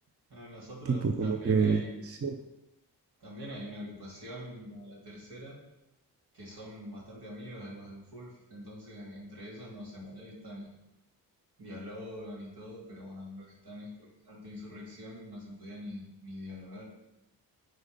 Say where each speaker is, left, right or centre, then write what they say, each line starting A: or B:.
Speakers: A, on the right; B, on the right.
A: A nosotros
B: tipo, como
A: también
B: que...
A: hay,
B: Sí,
A: también hay una agrupación como la tercera, que son bastante amigos de los del Fulf, entonces entre ellos no se molestan y dialogan y todo, pero bueno, con lo que está en esto, arte e insurrección, no se podía ni, ni dialogar,